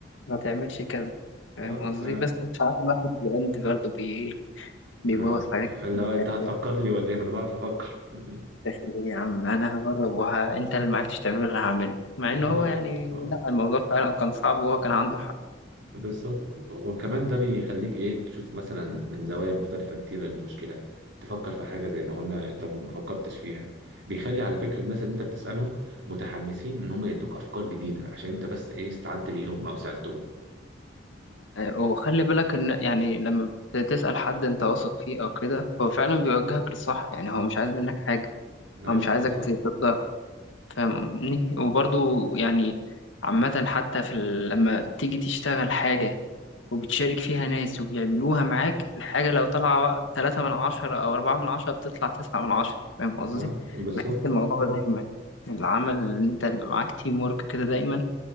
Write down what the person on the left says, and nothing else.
ما تعملش كذا فاهم
قصدي
بس مش عارف الواحد العند برضه بي إيه، بيبوظ
حاجات
كتير
في
حياة
الواحد
داخل ايه يا عم انا هجرب وه... انت اللي معرفتش تعمله اللي هعمله مع
ان هو يعني لا الموضوع فعلا كان صعب وهو كان عنده حق
آه، وخلي بالك ان يعني لما بتسأل حد انت واثق فيه او كده هو فعلا بيوجهك للصح يعني هو مش عايز منك حاجة
هو مش
عايزك ت- تقدر فاهمني وبرضه يعني عامة حتى في ال... لما بتيجي تشتغل حاجة وبتشارك فيها ناس وبيعملوها معاك الحاجة لو طالعة تلاتة من عشرة أو أربعة من عشرة بتطلع تسعة من عشرة فاهم قصدي؟
بحس الموضوع ده دايما العمل اللي أنت بيبقى معاك تيم ورك كده دايما